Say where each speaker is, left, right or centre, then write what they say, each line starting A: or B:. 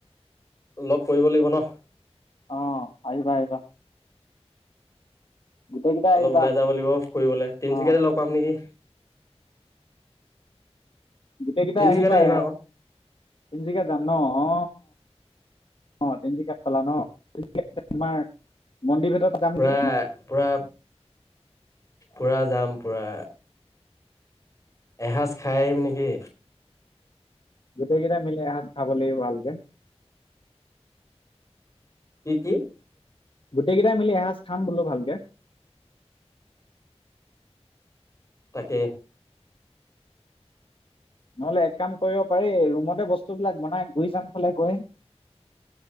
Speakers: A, on the left; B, on the left.
A: লগ কৰিব লাগিব ন।
B: অ' আহিবা আহিবা। গোটেই কেইটাই
A: অলপ
B: আহিবা
A: ওলাই যাব লাগিব ফুৰিবলৈ, তিনিচুকীয়াতে
B: অ
A: লগ পাম নেকি।
B: গোটেই কেইটা
A: তিনচুকীয়াতে
B: আহিবা,
A: আকৌ
B: তিনচুকীয়া যাম ন অ'। অ' তিনিচুকীয়াত খলা ন, <unintelligible> তোমাৰ মন্দিৰ ভিতৰত যাম নেকি
A: পুৰা, পুৰা, পুৰা যাম, পুৰা। এসাঁজ খাই আহিম নেকি।
B: গোটেইকেইটা মিলি এসাজ খাব লাগিব ভালকে।
A: কি কি?
B: গোটেইকেইটা মিলি এসাঁজ খাম বোলো ভালকে।
A: তাকে।
B: নহলে এক কাম কৰিব পাৰি, ৰুমতে বস্তুবলাক বনাই ঘূৰি চাম খালে গৈ